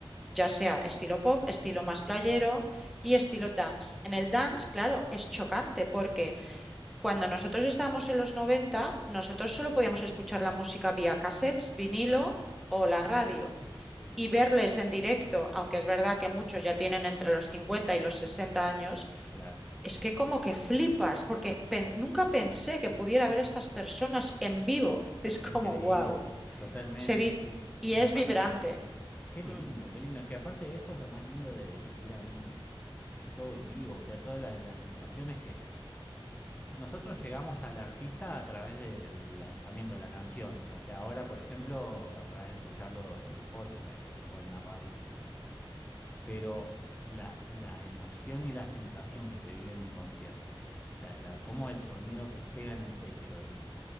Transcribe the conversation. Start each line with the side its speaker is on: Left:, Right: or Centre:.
Centre: ya sea estilo pop, estilo más playero y estilo dance. En el dance, claro, es chocante porque... Cuando nosotros estábamos en los 90, nosotros solo podíamos escuchar la música vía cassettes, vinilo o la radio
Left: sí,
Centre: y verles en directo, aunque es verdad que muchos ya tienen entre los 50 y los sesenta años,
Left: claro.
Centre: es que como que flipas, porque pen- nunca pensé que pudiera ver a estas personas en vivo. <laughs> Es
Left: Qué increíble,
Centre: como, wow,
Left: totalmente,
Centre: se vi
Left: sí.
Centre: y
Left: Impacta
Centre: es vibrante.
Left: eso. Qué lindo,
Centre: Mm.
Left: qué lindo. Es que aparte eso es lo más lindo de, de ir a un, a un show en vivo, o sea, todas la- las sensaciones que nosotros llegamos al artista a través de- del lanzamiento de la canción, o sea, ahora, por ejemplo, a través de escucharlo en Spotify o, o en la radio pero la, la emoción y la sensación que se vive en un concierto, la, la- cómo el sonido te pega en el pecho y,